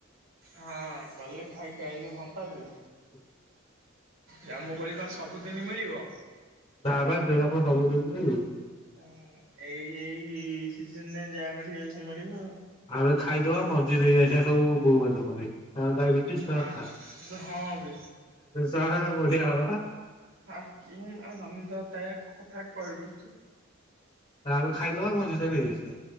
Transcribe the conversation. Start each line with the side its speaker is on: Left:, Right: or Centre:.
Right: ହଁ ଗଲେ ଖାଇକି ଆଇଲେ ହୁଅନ୍ତା ଯେ।
Left: ହୁଁ।
Right: ଜାମୁ କୋଳି କଣ ସବୁଦିନ ମିଳିବ?
Left: ନାବା ସେରକମ ସବୁଦିନ ମିଳିବ କି?
Right: ହ ଏଇ ଏଇ ସିଜନରେ ଯାହା ମିଳିବ ଯଦି ମିଳିବ ଆଉ।
Left: ଆମେ ଖାଇଦବା ମଞ୍ଜି ନେଇ ଆସିବା ସବୁ ବୋଉ ମାନଙ୍କ ପାଇଁ ଆ ଡାଇବେଟିସ୍
Right: ହଁ
Left: ଖା
Right: ହଁ ବେ
Left: ଯାହା ବଆ ହବ ଆ
Right: ହ କି ଆନନ୍ଦ ଦାୟକ କଥା କହିଲୁ ତୁ।
Left: ଆ ଖାଇଦବା ମଜି ଟା ନେଇଆସିବା।